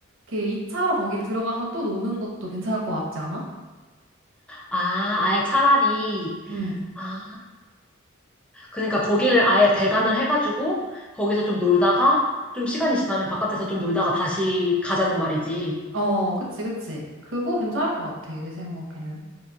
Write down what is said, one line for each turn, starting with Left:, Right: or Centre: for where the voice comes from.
Right: 이렇게 2차로 거길 들어가서 또 노는 것도 괜찮을 것 같지 않아?
Centre: 아, 아예 차라리.
Right: 응.
Centre: 아. 그러니까 거기를 아예 대관을 해가지고 거기서 좀 놀다가 좀 시간이 지나면 바깥에서 좀 놀다가 다시 가자는 말이지.
Right: 어, 그치, 그치. 그거 괜찮을 것 같아, 내 생각에는.